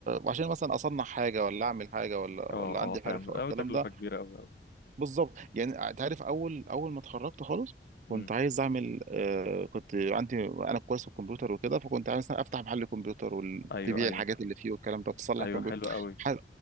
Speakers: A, on the right; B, on the left.
A: عشان مثلا اصنع حاجه ولا اعمل حاجه ولا
B: اه
A: ولا عندي
B: اه فاهم
A: حرفه او
B: اه
A: الكلام
B: تكلفه
A: ده
B: كبيره قوي قوي
A: بالظبط يعني تعرف اول اول ما اتخرجت خالص كنت
B: امم
A: عايز اعمل آه كنت عندي انا كويس في الكمبيوتر وكده فكنت عايز مثلا افتح محل كمبيوتر وتبيع
B: ايوه ايوه
A: الحاجات اللي فيه والكلام ده تصلح
B: ايوه
A: كمبيوتر
B: حلو قوي
A: ح-